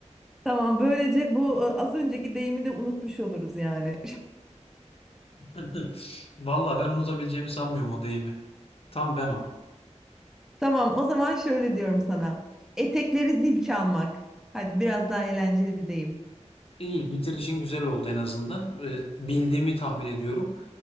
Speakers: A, in the centre; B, on the left.
A: Tamam, böylece bu e, az önceki deyimi de unutmuş oluruz yani.
B: <laughs> Vallahi ben unutabileceğimi sanmıyorum o deyimi. Tam ben o.
A: <laughs> Tamam, o zaman şöyle diyorum sana. Etekleri zil çalmak. Hadi biraz daha eğlenceli bir deyim.
B: İyi, bitirişin güzel oldu en azından. Eee, bildiğimi tahmin ediyorum.